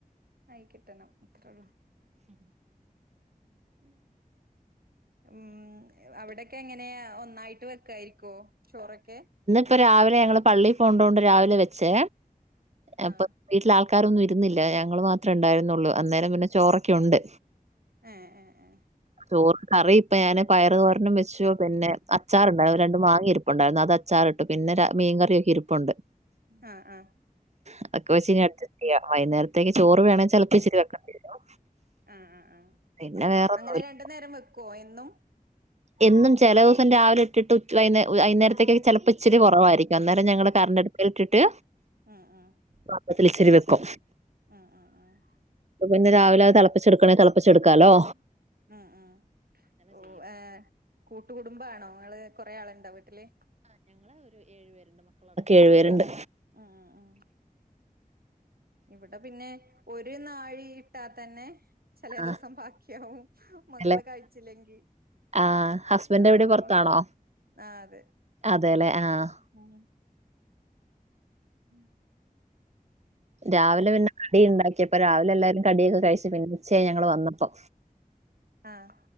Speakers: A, on the right; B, on the right.
A: ആയി കിട്ടണം അത്രേള്ളൂ ഉം അവിടെക്കെങ്ങനെയാ ഒന്നായിട്ട് വെക്കായിരിക്കോ ചോറൊക്കെ
B: പ്പൊ രാവിലെ ഞങ്ങൾ പള്ളി പോണ്ടോണ്ട് രാവിലെ വെച്ചേ
A: ആഹ്
B: അപ്പ വീട്ട്ലാൾ ക്കാരൊന്നും ഇരുന്നില്ല ഞങ്ങൾ മാത്രേ ണ്ടായിരുന്നുള്ളു അന്നേരം പിന്നെ ചോറൊക്കെ ഉണ്ട്
A: ഏ എ എ
B: ചോറ് കറി ഇപ്പൊ ഞാന് പയറ് തോരനും വെച്ച് പിന്നെ അച്ചാറുണ്ട രണ്ടും വങ്ങി ഒണ്ടാർന്നു അത് അച്ചാർ ഇട്ട് പിന്നെ മീൻ കറി ഇരി ഇപ്പെണ്ട്
A: ആഹ് ആഹ്
B: അത് ഒക്കെ വെച്ച് അട്ജസ്റ്റ് ചെയ്യാം വൈയ്നേരം ചോറ് വേണേൽ ചെലപ്പോ ഇച്ചിരി വെക്കണ്ടി വരും
A: ആഹ് ആഹ് ആഹ്
B: പിന്നെ വേറൊന്നുമില്ല.
A: അങ്ങനെ രണ്ടു നേരം വെക്കോ ന്നും
B: എന്നും ചെല ദിവസം രാവിലെ ഇട്ടിട്ട് വൈന്നേ വൈന്നേരത്തേക്ക് ചെലപ്പോ ച്ചിരി കുറവായിരിക്കും അന്നേരം ഞങ്ങള്
A: ഉം
B: കറണ്ട്ടപ്പിലിട്ടിട്ട്
A: ഉം ഉം
B: പാത്രത്തിൽ ഇച്ചിരി വെക്കും
A: ഉം ഉം ഉം
B: പിന്നെ രാവിലെ അത് തിളപ്പിച്ചെടുക്കണെങ്കിൽ തിളപ്പിച്ചെടുക്കാലോ
A: ഉം ഉം ഓ ഹോ കൂട്ട കുടുംബംമാണോ നിങ്ങള് കൊറെ ആളുണ്ടോ വീട്ടില്?
B: ഏഴ് പേരുണ്ട്
A: ഉം ഉ ഇവിടെ പിന്നെ ഒരു നാഴി ട്ടാ തന്നെ ചില
B: ആഹ്
A: ദിവസം ബാക്കിയവും മക്കള്
B: അല്ലെ
A: കഴിച്ചില്ലെങ്കി
B: ആഹ് ഹസ്ബൻഡ്
A: അതാണ്
B: എവിടെ പൊറത്താണോ
A: അവസ്ഥ ആ അതെ
B: അതെല്ലെ ആഹ്
A: ഉം ഉം
B: രാവിലെ പിന്നെ കടി ഉണ്ടാക്കി അപ്പം രാവിലെ എല്ലാവാരും കടിയൊക്കെ കഴിച്ചു പിന്നെ ഉച്ചയാ ഞങ്ങള് വന്നപ്പോ
A: ആഹ്